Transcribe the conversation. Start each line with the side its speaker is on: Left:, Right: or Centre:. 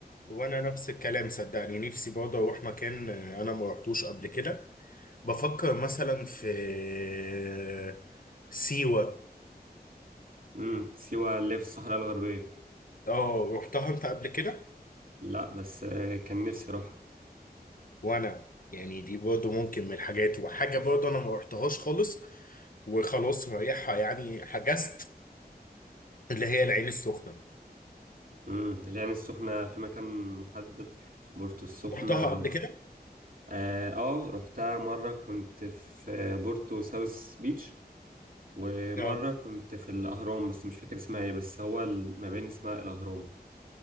Left: وانا نفس الكلام صدقني نفسي برضه اروح مكان آه، انا ما رحتوش قبل كده بفكر مثلا في آه، سيوة
Right: امم سيوه اللي هي في الصحراء الغربيه
Left: اه رحتها انت قبل كده
Right: لا بس آه، كان نفسي اروح
Left: وانا يعني دي برضه ممكن من الحاجات وحاجه برضه انا ما رحتهاش خالص وخلاص رايحها يعني حجزت اللي هي العين السخنه
Right: امم العين السخنه في مكان محدد بورتو السخنه
Left: رحتها قبل
Right: او
Left: كده
Right: اه آه، رحتها مرة كنت في آه، بورتو ساوث بيتش ومرة
Left: اه
Right: كنت في الأهرام بس مش فاكر اسمها ايه بس هو المباني اسمها الأهرام